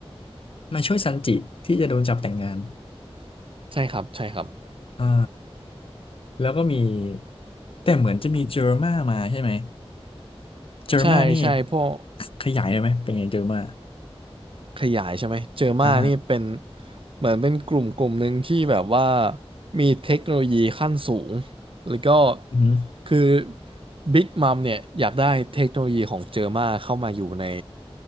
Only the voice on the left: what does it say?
มาช่วยซันจิที่จะโดนจับแต่งงาน
อ่าแล้วก็มีแต่เหมือนจะมีเจอร์มามาใช่ไหมเจอร์มานี่
ขขยายได้ไหมเป็นไงเจอร์มา
อ่า
อืม